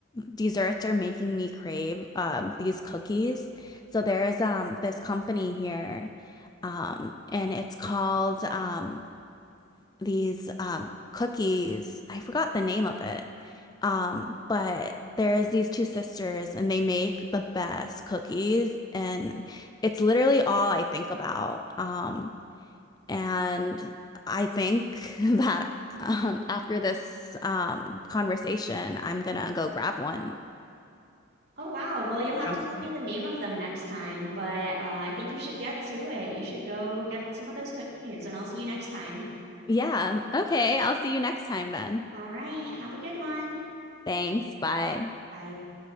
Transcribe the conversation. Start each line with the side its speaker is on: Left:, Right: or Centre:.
Left: desserts are making me crave um, these cookies. So there's um this company here, um, and it's called um these um cookies. I forgot the name of it. Um, but there's these two sisters and they make the best cookies and it's literally all I think about. Um and I think <laughs> that um, after this um, conversation, I'm gonna go grab one.
Right: Oh, wow. Well, you'll have
Left: From-
Right: to tell
Left: them.
Right: me the name of them next time, but uh, I think you should get to it. You should go get some of those cookies, and I'll see you next time.
Left: Yeah. Okay. I'll see you next time then.
Right: All right. Have a good one.
Left: Thanks. Bye.
Right: Bye.